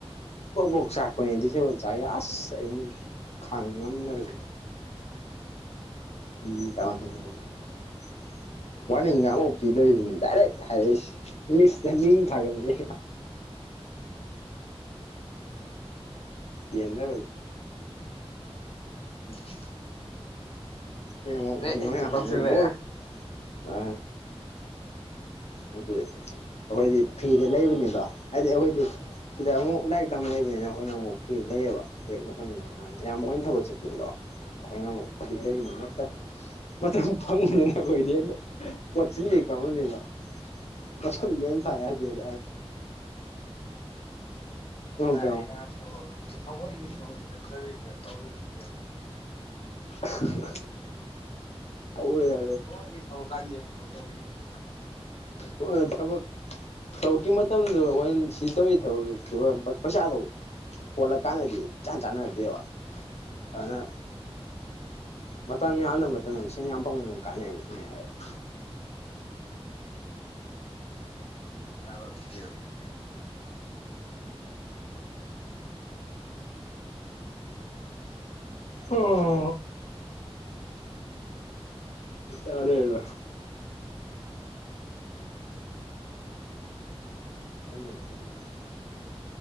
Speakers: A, on the left (about 85°); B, on the left (about 65°).
A: ꯄ꯭ꯔꯣꯛ ꯄ꯭ꯔꯣꯛ ꯆꯥꯛꯄꯅꯦ ꯗꯤꯁꯦꯕꯜ ꯆꯥꯛꯑꯦ ꯑꯁ ꯑꯩ ꯈꯥꯡ ꯉꯝꯗꯕꯅꯤ <unintelligible> <inaudible> ꯋꯥꯔꯅꯤꯡꯒ ꯑꯃꯨꯛ ꯄꯤꯗꯕꯤꯗꯅꯦ ꯗꯥꯏꯔꯦꯛ ꯍꯥꯏꯔꯛꯏꯁꯤ ꯂꯤꯁꯇ ꯃꯤꯡ ꯊꯥꯒꯠꯄꯖꯤ ꯌꯦꯟꯅꯔꯣꯏꯗ
B: ꯎꯝ
A: ꯁꯤꯗ ꯌꯦꯡꯉꯣ
B: ꯍꯦꯛꯇ ꯇꯧꯁꯤꯜꯂꯛꯑꯦ
A: <unintelligible> ꯕꯣꯜ ꯑ ꯑꯗꯨ ꯑꯈꯣꯏꯗꯤ ꯐ꯭ꯔꯤꯗ ꯂꯩꯕꯅꯤꯗꯣ ꯍꯥꯏꯗꯤ ꯑꯈꯣꯏꯗꯤ ꯁꯤꯗ ꯑꯃꯨꯛ ꯂꯥꯏꯔꯤꯛ ꯇꯝ ꯂꯩꯕꯅꯤꯅ ꯑꯩꯈꯣꯏꯅ ꯑꯃꯨꯛ ꯐ꯭ꯔꯤꯗ ꯂꯩꯌꯦꯕ ꯕ꯭ꯔꯦꯛ ꯃꯇꯝꯅꯤꯅ ꯌꯥꯝ ꯃꯈꯣꯏꯅ ꯊꯕꯛ ꯆꯠꯄꯗꯣ ꯑꯩꯈꯣꯏꯅ ꯑꯃꯨꯛ ꯊꯤꯗꯣꯏꯒꯤ ꯅꯠꯇꯦ ꯃꯇꯝ ꯐꯪꯗꯅꯅ ꯑꯩꯈꯣꯏꯗꯤ ꯄꯣꯠꯆꯤꯟ ꯍꯦꯛ <unintelligible> ꯃꯁꯝ ꯂꯦꯝ ꯇꯥ ꯌꯥꯗꯦ <unintelligible>
B: ꯑꯩꯅ ꯊꯕꯛꯁꯦ ꯊꯑꯣꯏꯀꯤ ꯊꯕꯛ ꯆꯠꯇꯕꯤꯗ ꯇꯧꯔꯤꯅꯤ ꯀꯩꯅꯣ
A: <unintelligible> ꯇꯧꯔꯦ
B: ꯊꯑꯣꯏꯒꯤ ꯊꯕꯛꯀ ꯂꯦꯞꯊꯣꯛꯑ ꯇꯧꯔꯤꯅꯤ
A: ꯍꯣꯏ ꯊꯕꯛ ꯊꯕꯛꯀꯤ ꯃꯇꯝꯗꯨ ꯑꯩꯈꯣꯏꯅ ꯁꯤ ꯇꯧꯔꯤ ꯊꯕꯛꯇꯨꯒ ꯄꯩꯁꯥꯗꯣ ꯍꯣꯠꯂ ꯀꯥꯟꯗꯗꯤ ꯏꯆꯥꯟ ꯆꯥꯟꯅꯔꯛꯇꯦꯕ ꯑꯗꯨꯅ ꯃꯇꯝ ꯌꯥꯝꯅꯕ ꯃꯇꯝꯗ ꯏꯁꯤꯡ ꯌꯥꯝ ꯐꯪꯕꯅ ꯀꯥꯟꯅꯩꯕ ꯅꯨꯡꯉꯥꯏꯕ
B: <unintelligible>
A: ꯑꯣ ꯆꯥꯔꯦꯗ <unintelligible>